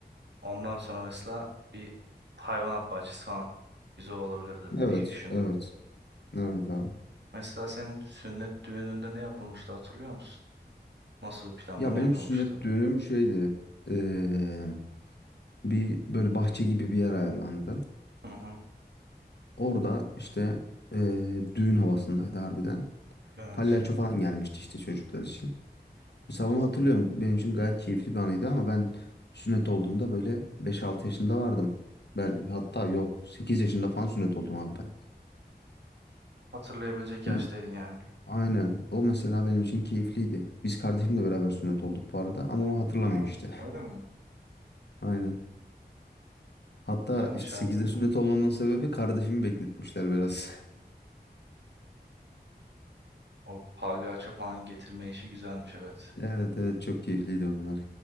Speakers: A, on the right; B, on the left.
A: Ondan sonra mesela bir hayvanat bahçesi falan güzel olabilirdi
B: Evet,
A: diye düşündüm.
B: evet. Evet abi.
A: Mesela senin sünnet düğününde ne yapılmıştı hatırlıyor musun? Nasıl bir planlama
B: Ya benim
A: yapılmıştı?
B: sünnet düğünüm şeydi. eee, bir böyle bahçe gibi bir yer ayarlandı.
A: Hı hı.
B: Orada işte eee, düğün havasındaydı harbiden.
A: Evet.
B: Palyaço falan gelmişti işte çocuklar için. Mesela onu hatırlıyorum. Benim için gayet keyifli bir anıydı ama ben sünnet olduğumda böyle beş 6 yaşında vardım. Ben hatta yok 8 yaşında falan sünnet oldum abi ben.
A: Hatırlayabilecek yaştaydın
B: Hı.
A: yani.
B: Aynen. O mesela benim için keyifliydi. Biz kardeşimle beraber sünnet olduk bu arada ama o hatırlamıyor
A: Ha,
B: işte.
A: öyle mi?
B: <laughs> Aynen. Hatta
A: Güzelmiş
B: işte 8'de
A: abi öyle.
B: sünnet olmamın sebebi kardeşimi bekletmişler biraz. <laughs>
A: O palyaço falan getirme işi güzelmiş evet.
B: Evet evet çok keyifliydi onlar.